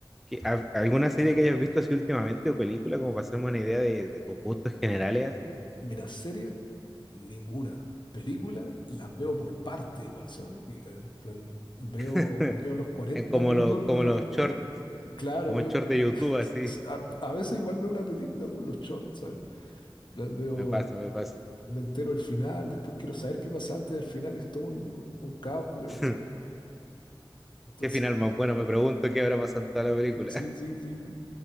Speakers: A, in the centre; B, on the left (about 60°).
A: ¿qué- a- ¿alguna serie que hayas visto así últimamente o película como para hacerme una idea de, de tus gustos generales así?
B: Mira, serie, ninguna. Película, las veo por parte igual, ¿sabes? Y, eh, en plan, veo,
A: <laughs>
B: veo los 40
A: En como,
B: minutos
A: lo, como
B: de la...
A: los shorts,
B: Claro,
A: como
B: veo...
A: short de YouTube
B: <laughs>
A: así.
B: A, a veces igual veo una película por los shorts, ¿sabes? En plan, veo
A: Me pasa, me pasa.
B: me entero el final, después quiero saber qué pasa antes del final, y es todo un, un caos con la
A: <laughs>
B: cuestión. Entonces,
A: Qué final más bueno, me pregunto qué habrá pasado en toda
B: <laughs>
A: la película.
B: sí,
A: <laughs>
B: sí, sí, sí.